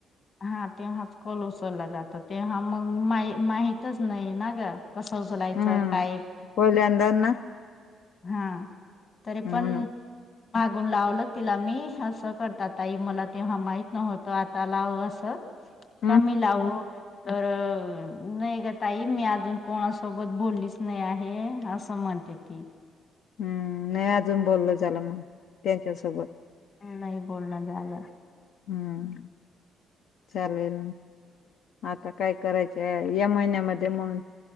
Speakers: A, on the left; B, on the left.
A: हा तेव्हाच कॉल उचलला जातो तेव्हा मग मा माहीतच नाही ना ग कसं उचलायचं
B: हम्म
A: काय
B: पहिल्यांदा ना
A: हा तरी
B: म्हणून
A: पण फोन लावलं तिला मी. असं करतात ताई मला तेव्हा माहीत नव्हतं. आता लाव असं
B: हम्म
A: का मी लावू. तर नाही ग ताई मी अजून कोणासोबत बोललीच नाही आहे. असं म्हण. ते ती
B: हम्म नाही अजून बोलल झालं मग त्यांच्या सोबत.
A: नाही बोलणं झालं.
B: हम्म चालेल. आता काय करायचं या महिन्यामध्ये म्हण